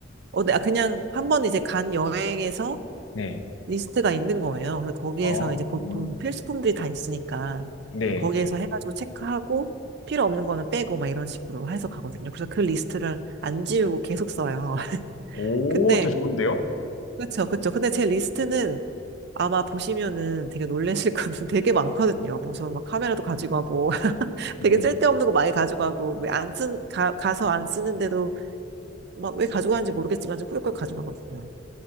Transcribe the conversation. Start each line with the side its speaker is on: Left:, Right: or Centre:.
Right: 어, 네, 아, 그냥 한 번 이제 간 여행에서
Left: 네.
Right: 리스트가 있는 거예요. 그래서 거기에서
Left: 어,
Right: 이제 보통 필수품들이 다 있으니까
Left: 네.
Right: 거기에서 해가지고 체크하고 필요 없는 거는 빼고 막 이런 식으로 해서 가거든요. 그래서 그 리스트를 안 지우고 계속 써요. <laughs>
Left: 오,
Right: 근데,
Left: 저 좋은데요?
Right: 그쵸, 그쵸. 근데 제 리스트는 아마 보시면은 되게 놀라실 거는 <laughs> 되게 많거든요. 무슨 막 카메라도 가지고 가고
Left: 네네네.
Right: 되게 쓸데없는 거 많이 가져가고, 왜 안 쓴, 가, 가서 안 쓰는데도 막 왜 가져가는지 모르겠지만 좀 꾸역꾸역 가져가거든요.